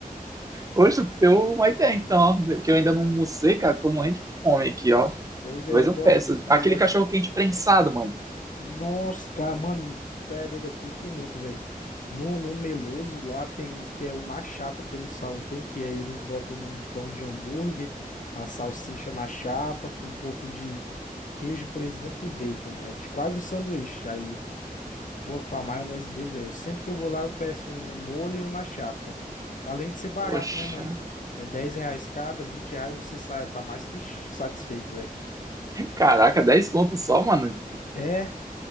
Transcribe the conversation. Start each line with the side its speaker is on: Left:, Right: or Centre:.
Right: Poxa, tu deu uma ideia, então, ó, que eu ainda não almocei, cara. Tô morrendo de fome aqui, ó.
Left: Pois
Right: Talvez
Left: é, eu gosto,
Right: eu peça.
Left: eu
Right: Aquele
Left: gosto.
Right: cachorro quente prensado, mano.
Left: Nossa, cara, mano, tu é doido, eu curto muito, velho. No, no Meloso lá tem um que é o na chapa que eles falam, tem que é, eles botam num pão de hambúrguer, a salsicha na chapa com um pouco de queijo, presunto e bacon, mano. É ti- quase um sanduíche. Aí, pô, com a maionese deles aí, eu sempre que eu vou lá eu peço um no molho e um na chapa. Além de ser barato,
Right: Poxa,
Left: né, mano? É 10 reais cada, 20 reais você sai, tá mais que satisfeito, velho.
Right: caraca, dez conto só, mano.
Left: É,